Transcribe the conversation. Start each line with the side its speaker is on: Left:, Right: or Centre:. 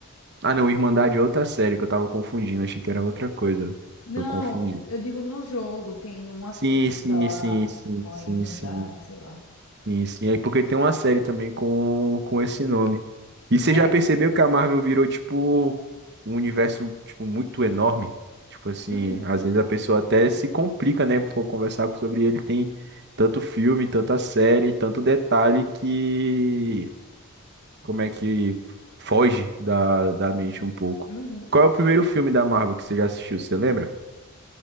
Right: Ah, não, Irmandade é outra série que eu tava confundindo, achei que era outra coisa.
Left: Não,
Right: Eu confundi.
Left: eu digo no jogo tem uma
Right: Sim,
Left: seita
Right: sim,
Left: lá,
Right: sim, sim,
Left: uma
Right: sim,
Left: Irmandade,
Right: sim,
Left: sei lá.
Right: sim, sim. É porque tem uma série também com, com esse nome. E você
Left: É.
Right: já percebeu que a Marvel virou, tipo, um universo, tipo, muito enorme? Tipo assim,
Left: Uhum,
Right: às vezes a pessoa até se complica, né? For conversar sobre ele, tem tanto filme, tanta série, tanto detalhe que como é que foge da, da mente um pouco.
Left: uhum.
Right: Qual é o primeiro filme da Marvel que você já assistiu? Você lembra?